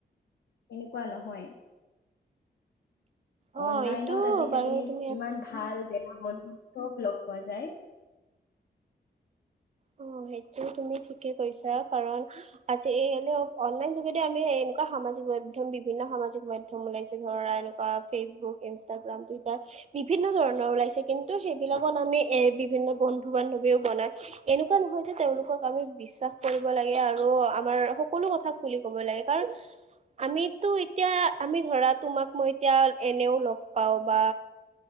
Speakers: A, on the left; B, on the right.
A: এনেকুৱা নহয়
B: অ',
A: অনলাইনত
B: এইটো
A: আজিকালি
B: বাৰু তুমি
A: কিমান
B: এটা
A: ভাল বে বন্ধু চব লগ পোৱা যায়
B: অ সেইটো তুমি ঠিকে কৈইছা কাৰণ আজি এই অ অনলাইন যোগেদি আমি সামাজিক মাধ্যম বিভিন্ন সামাজিক মাধ্যম ওলাইছে ধৰা এনেকুৱা ফেচবুক ইনষ্টাগ্ৰাম টুইটাৰ বিভিন্ন ধৰণৰ ওলাইছে কিন্তু সেইবিলাকত আমি এ বিভিন্ন বন্ধু বান্ধৱীও বনাই এনেকুৱা নহয় যে তেওঁলোকক আমি বিশ্বাস কৰিব লাগে আৰু আমাৰ সকলো কথা খুলি ক'ব লাগে কাৰণ আমিতো এতিয়া আমি ধৰা তোমাক মই এতিয়া এনেও লগ পাওঁ বা